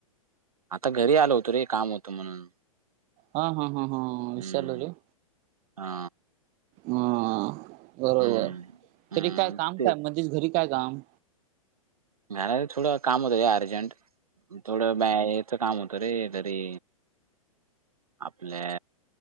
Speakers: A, on the right; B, on the right.
A: आता घरी आलो होतो रे काम होतं म्हणून
B: हा हा हा हा विसरलो
A: हम्म
B: रे
A: हा
B: हा बरोबर
A: हम्म
B: तरी
A: हम्म
B: काय काम
A: तेच
B: काय मध्येच घरी काय काम
A: नाही रे थोडं काम होतं रे अर्जंट थोडं बॅ हेचं हेचं काम होतं रे तरी आपल्या